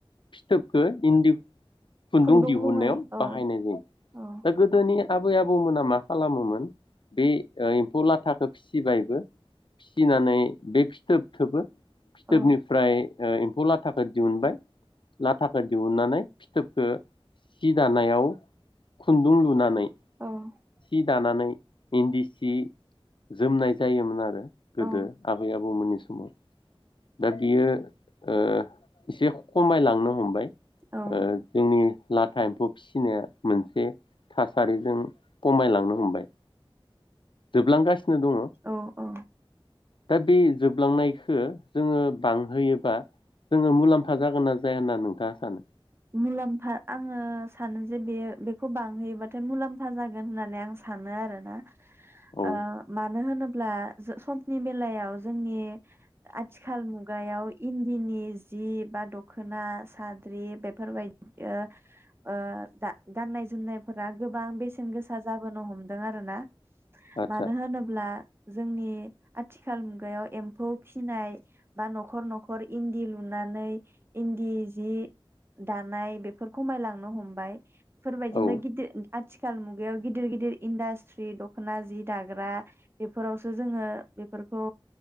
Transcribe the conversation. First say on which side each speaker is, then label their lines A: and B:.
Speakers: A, on the left; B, on the right.
A: फिथोबखौ इन्दि
B: खुन्दुं
A: दिहुननायाव
B: मुङै औ
A: बाहायनाय जायो
B: औ
A: दा गोदोनि आबै आबौमोना मा खालामोमोन बे एम्फौ लाथाखौ फिसिबायबो फिसिनानै बे फिथोब थोबो फिथोबनिफ्राय
B: औ
A: ओ एम्फौ लाथाखौ दिहुनबाय लाथाखौ दिहुननानै फिथोबखौ सि दानायाव खुन्दुं लुनानै
B: औ औ
A: सि दानानै इन्दि सि जोमनाय जायोमोन आरो गोदो
B: औ
A: आबै आबौमोननि समाव दा बियो ओ एसे खमाय लांनो हमबाय
B: औ
A: ओ जोंनि लाथा एम्फौ फिसिनाया मोनसे थासारिजों खमायलांनो हमबाय जोबलांगासि नो दङ
B: औ औ
A: दा बे जोबलांनायखो जोङो बांहोयोबा जोङो मुलाम्फा जागोन ना जाया होनना नोंथाङा सानो
B: मुलाम्फा आङो सानो जे बे बेखौ बांहैयोबाथाय मुलाम्फा जागोन होननानै आं सानो आरोना
A: औ
B: ओ मा नो होनोब्ला समनि बेलायाव जोंनि आथिखाल मुगायाव इन्दिनि जि बा दख'ना साद्रि बे फोरबायदि ओ ओ दा गाननाय जोमनायफोरा गोबां बेसेन गोसा जाबोनो हमदों आरोना
A: आदसा
B: मानो होनोब्ला जोंनि आथिखाल मुगायाव एम्फौ फिसिनाय बा न'खर न'खर इन्दि लुनानै इन्दि जि दानाय बेफोर खमायलांनो हमबाय बेफोर बायदिनो
A: औ
B: गिदिर आथिखाल मुगायाव गिदिर गिदिर इन्डास्ट्रि दख'ना जि दाग्रा बेफोरावसो जोङो बेफोरखौ